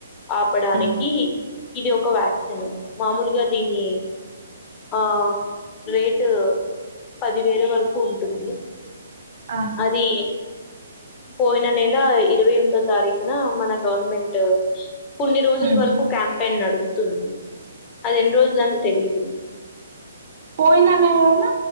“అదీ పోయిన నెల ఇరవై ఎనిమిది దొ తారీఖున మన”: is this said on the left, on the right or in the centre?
Left